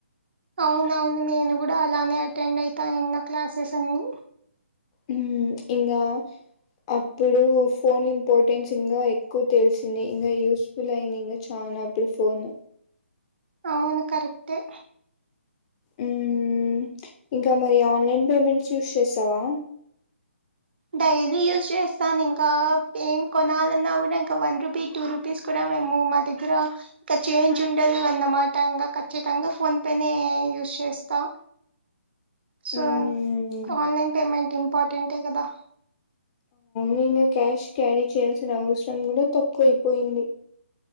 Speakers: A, on the right (about 50°); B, on the left (about 25°).
A: అవునవును నేను కూడా అలానే అటెండ్ అవుతాన్న క్లాసెస్ అన్ని
B: ఉమ్ ఇంక అప్పుడు ఫోన్ ఇంపార్టెన్స్ ఇంకా ఎక్కువ తెలిసింది ఇంకా యూస్ ఫుల్ ఐంది ఇంగ చానాా అప్పుడు ఫోన్
A: అవును కరెక్ట్ ఏ
B: ఊమ్ ఇంకా మరి ఆన్లైన్ పేమెంట్స్ యూస్ చేస్తావా
A: డైలీ యూజ్ చేస్తాను ఇంకా ఏం కొనాలన్నా కూడా ఇంకా వన్ రూపీ టూ రూపీస్ కూడా మేము మా దగ్గర ఇంకా చేంజ్ ఉండదు అన్నమాట ఇంకా ఖచ్చితంగా ఫోన్ పేనే యూజ్ చేస్తాం సో
B: హ్మ్
A: ఆన్లైన్ పేమెంట్ ఇంపార్టెంటే కదా
B: నేను క్యాష్ క్యారీ చేయాల్సిన అవసరం కూడా తక్కువ అయిపోయింది